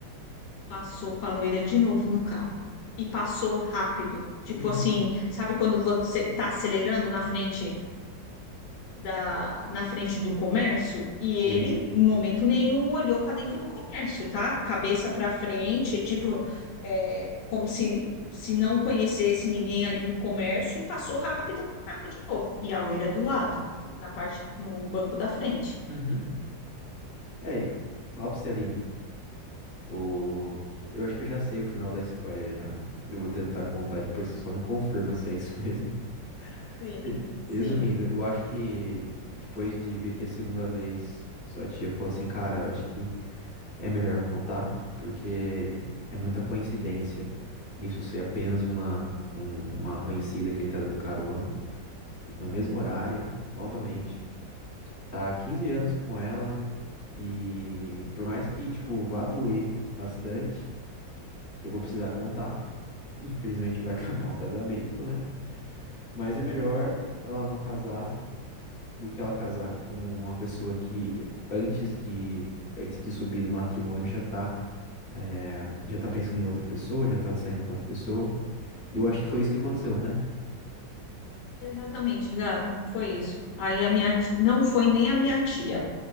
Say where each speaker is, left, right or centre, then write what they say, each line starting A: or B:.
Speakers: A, on the left (about 70°); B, on the left (about 45°).
A: passou com a loira de novo no carro. E passou rápido. Tipo
B: Uhum,
A: assim, sabe quando você tá acelerando na frente da, na frente do comércio e ele,
B: Sei.
A: em momento nenhum, olhou para dentro do comércio, tá? Cabeça para frente, tipo, é, como se, se não conhecesse ninguém ali do comércio e passou rápido com o carro de novo. E a loira do lado, na parte, no banco da frente.
B: uhum. É, fala pra você, Aline. O... Eu acho que eu já sei o final da história já. Eu vou tentar contar depois, você só me confirma se é isso <laughs> mesmo.
A: Sim,
B: Re-
A: sim.
B: Resumindo, eu acho que depois de ver que a segunda vez, sua tia falou assim, cara, eu acho que É melhor contar, porque é muita coincidência isso ser apenas uma, um- uma conhecida que ele tá dando carona. E no mesmo horário, novamente, tá há 15 anos com ela e por mais que, tipo, vá doer bastante, eu vou precisar contar. Infelizmente vai <laughs> acabar o casamento, né? Mas é melhor ela não casar do que ela casar com uma pessoa que antes de, antes de subir no matrimônio já tá é, já tá pensando em outra pessoa, já tá saindo com outra pessoa. E eu acho que foi isso que aconteceu, né?
A: Exatamente, Gabi, foi isso. Aí a minha, ti- não foi nem a minha tia.